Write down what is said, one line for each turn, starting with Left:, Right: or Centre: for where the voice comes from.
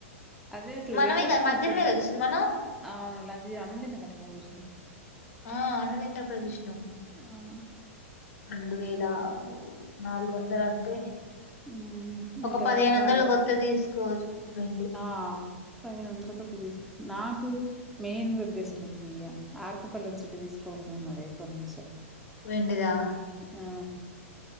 Centre: అదే అసలు
Left: మనమే
Centre: వెళ్ికే
Left: కదా మధ్యాహ్నమే
Centre: కొంచెందా
Left: కదా చూసింది మనం
Centre: అవును లంచ్ అనం తన్న క చూసిన
Left: ఆ అన్నతినేటప్పుడే చూసినావ్
Centre: ఆ
Left: రెండు వేల నాలుగు వందలు అంటే
Centre: హుమ్మ్
Left: ఒక
Centre: ఇంకా
Left: పదిహేను
Centre: తగ్గాలి
Left: వందలు కొత్తది తీసుకోవచ్చు వెండి
Centre: ఆ పదిహేను వందల కొతె తీసుకో నాకు మెయిన్గా గసలు గియ ఆరతిపల్లెం సెట్టు తీసుకోవాలని ఉన్నది ఎప్పటి నుంచో
Left: వెండిదా
Centre: ఆ